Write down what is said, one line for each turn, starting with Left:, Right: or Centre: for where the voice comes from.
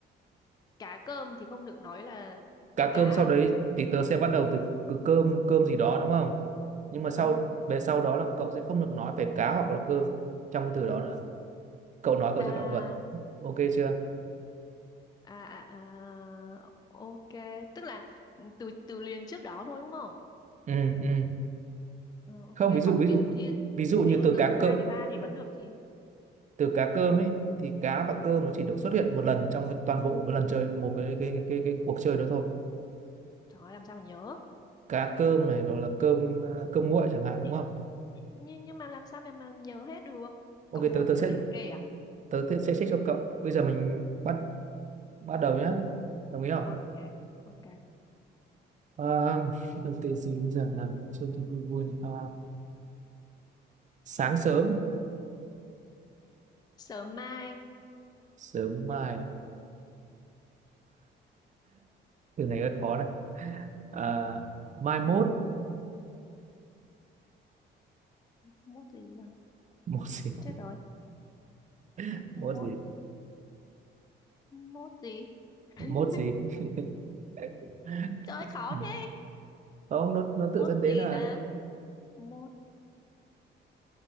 Left: cá cơm thì không được nói là
Right: cá
Left: cơm cá
Right: cơm
Left: à?
Right: sau đấy thì tớ sẽ bắt đầu từ, từ cơm cơm gì đó đúng không nhưng mà sau
Left: Ờ.
Right: về sau đó là cậu sẽ không được nói về cá hoặc là cơm trong cái từ đó nữa cậu nói cậu
Left: À,
Right: sẽ phạm luật ok chưa
Left: à, à, à, ok. Tức là từ từ liền trước đó thôi đúng không?
Right: ừ ừ
Left: Ờ, ok.
Right: không ví dụ
Left: Còn
Right: ví dụ
Left: ví dụ như
Right: ví dụ như
Left: ví dụ
Right: từ
Left: từ
Right: cá
Left: thứ
Right: cơm
Left: hai, thứ ba thì vẫn được chị.
Right: từ cá cơm ấy thì cá và cơm
Left: Ừ.
Right: nó chỉ được xuất hiện một lần trong cái toàn bộ cái lần chơi một cái cái cái cái, cái cuộc chơi đó thôi
Left: Trời ơi, làm sao mà nhớ.
Right: cá cơm này rồi là cơm à, cơm nguội chẳng hạn
Left: nhưng
Right: đúng không
Left: nhưng nhưng mà làm sao mà mà nhớ hết được
Right: ok
Left: cậu ngồi
Right: tớ tớ
Left: cậu
Right: sẽ
Left: liệt kê à
Right: tớ tớ sẽ check cho cậu bây giờ mình bắt bắt đầu nhá đồng ý không
Left: ok ok
Right: à, <laughs> đầu tiên gì bây giờ là trông thì vui vui này. À, sáng sớm
Left: sớm mai
Right: sớm mai từ này rất khó này à, mai mốt
Left: mốt gì là
Right: mốt gì
Left: chết rồi
Right: <laughs> mốt
Left: mốt
Right: gì
Left: mốt gì <laughs>
Right: mốt gì <laughs>
Left: trời ơi, khó thế
Right: không nó nó tự
Left: mốt
Right: dẫn đến
Left: gì
Right: là
Left: ta mốt